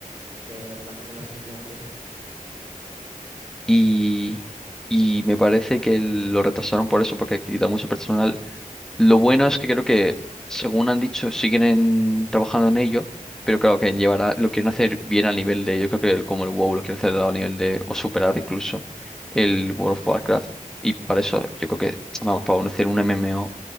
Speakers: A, on the right; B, in the centre.
A: de la- en la- en las oficinas y eso.
B: y, y me parece que el- lo retrasaron por eso, porque quita mucho personal. Lo bueno es que creo que, según han dicho, siguen en- trabajando en ello, pero claro que llevará, lo quieren hacer bien a nivel de, yo creo que el- como el WoW lo quieren hacer a nivel de, o superar incluso el World of Warcraft. Y para eso, yo creo que, vamos, para hacer un MMO,